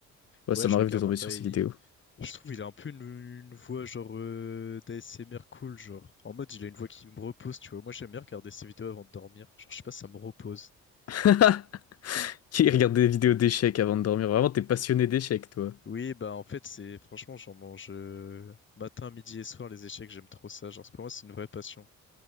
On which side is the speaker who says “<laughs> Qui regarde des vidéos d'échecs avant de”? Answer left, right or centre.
Left